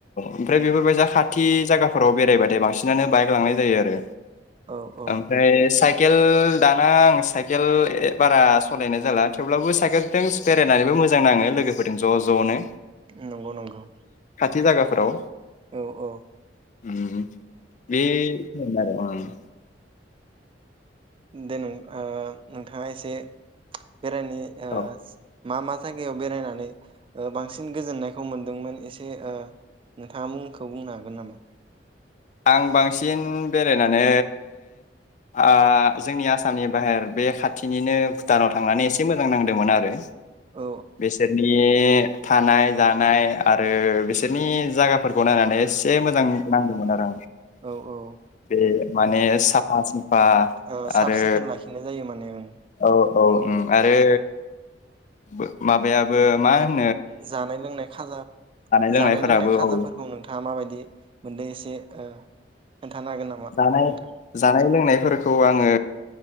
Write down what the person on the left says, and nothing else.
ओमफ्राय बेफोरबायसा खाथि जायाफोराव बेरायबाथाय बांसिनानो बाइक लांनाय जायो आरो।
ओमफ्राय साइक साइकेल दाना आं साइकेल ओ बारा सलानाय जाला थेवब्लाबो साइकेलजों बेरायनानैबो मोजां नाङो लोगोफोरजों। ज जनो
थि जायगाफोराव
उम बे खिनियानो आरो ओ
औ
आं बांसिन बेरायनानै आ जोंनि आसामनि बाहेर बे खाथिनिनो भुटानाव थांनानै एसे मोजां नांदोंमोन आरो।
बेसोरनि थानाय जानाय आरो बिसोरनि जायगाफोरखौ नायनानै एसे मोजां नांदोंमोन आरो आं। बे
माने साफा सुफा
आरो
औ औ ओम
आरो बो माबायाबो मा हो
लोंनायफोराबो
औ
जानाय
जानाय लोंनायफोरखौ आङो